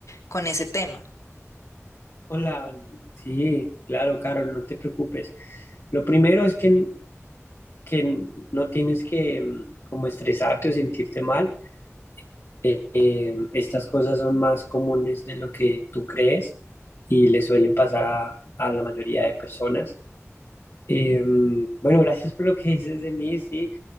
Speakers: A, on the left (about 70°); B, on the left (about 55°).
A: con ese tema.
B: Hola, sí, claro, Carol, no te preocupes. Lo primero es que, que no tienes que mm, como estresarte o sentirte mal. Eh, eh, estas cosas son más comunes de lo que tú crees y le suelen pasar a, a la mayoría de personas. Eh, mm, bueno, gracias por lo que <laughs> dices de mí, sí.